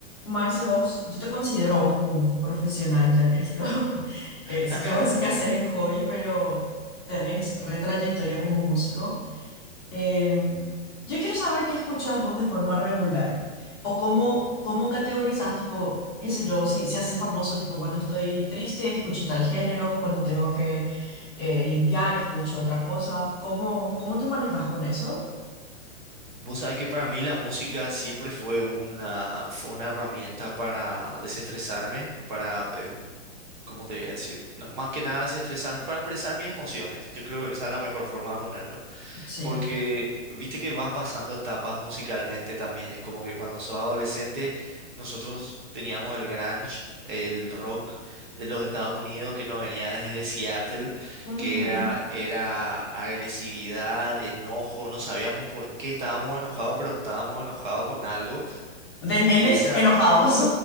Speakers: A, on the left (about 20°); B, on the right (about 40°).
A: Marce, vos, yo te considero a vos como un profesional ya en esto. <laughs> Eh,
B: <laughs>
A: sé que vos decís que haces en hobby, pero tenés retrayectoria como músico. Em, yo quiero saber qué escuchás vos de forma regular o cómo, cómo categorizás, tipo, qué sé yo, si, si haces famoso, tipo, cuando estoy triste escucho tal género, cuando tengo que eh, limpiar escucho otra cosa. ¿Cómo, cómo te manejas con eso?
B: Vos sabés que para mí la música siempre fue una, fue una herramienta para desestresarme, para, em, ¿cómo te voy a decir? No, más que nada desestresarme, para expresar mis emociones. Yo creo que esa es la mejor forma de ponerlo.
A: Sí.
B: Porque viste que vas pasando etapas musicalmente también. Es como que cuando sos adolescente, nosotros teníamos el grunge, el rock de los Estados Unidos que nos venía desde Seattle,
A: Ujú.
B: que era, era agresividad, enojo. No sabíamos por qué estábamos enojados, pero estábamos enojados con algo.
A: <laughs> De nenes
B: Y esa era
A: enojados.